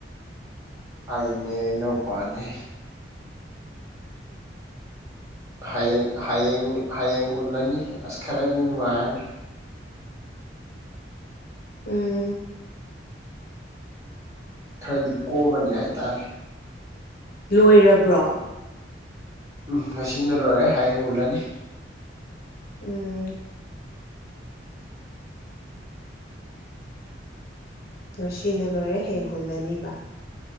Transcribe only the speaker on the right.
ꯑꯩꯅꯦ ꯏꯅꯥꯎꯄꯥꯅꯦ ꯍꯌꯦꯡ ꯍꯌꯦꯡ ꯍꯌꯦꯡ ꯍꯨꯜꯂꯅꯤ ꯑꯁ ꯈꯔꯗꯤ ꯅꯨꯡꯉꯥꯏꯔꯅꯤ
ꯈꯔꯗꯤ ꯀꯣꯝꯕꯅꯤ ꯍꯥꯏꯇꯥꯔꯦ
ꯎꯝ ꯉꯁꯤꯅ ꯂꯣꯏꯔꯦ ꯍꯌꯦꯡ ꯍꯨꯜꯂꯅꯤ